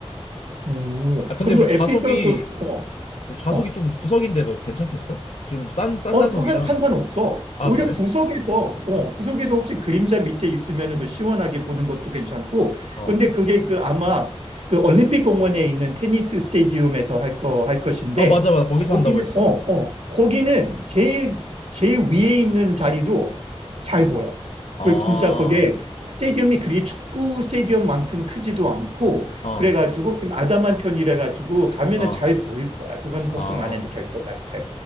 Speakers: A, on the right; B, on the left.
A: 오,
B: 아, 근데
A: 그럼
B: 우리
A: 너
B: 좌석이
A: FC 서울 그, 어,
B: 뭐 좌석이
A: 어.
B: 좀 구석인데도 괜찮겠어? 좀 싼 싼
A: 어,
B: 좌석이라.
A: 상관 상관 없어.
B: 아,
A: 오히려
B: 그래?
A: 구석에서, 어, 구석에서 혹시 그림자 밑에 있으면 더 시원하게 보는 것도 괜찮고.
B: 어.
A: 근데 그게 그 아마 그 올림픽 공원에 있는 테니스 스테디움에서 할 거, 할 것인데,
B: 아, 맞아 맞아. 거기서
A: 거기는,
B: 한다고 했어.
A: 어, 어, 거기는 제일, 제일 위에 있는 자리도 잘 보여.
B: 아.
A: 그 진짜 그게 스테디움이 그리 축구 스테디움만큼 크지도 않고,
B: 아.
A: 그래가지고 좀 아담한 편이라 가지고 가면은
B: 아.
A: 잘 보일 거야. 그건 걱정
B: 아.
A: 안 해도 될 것 같아.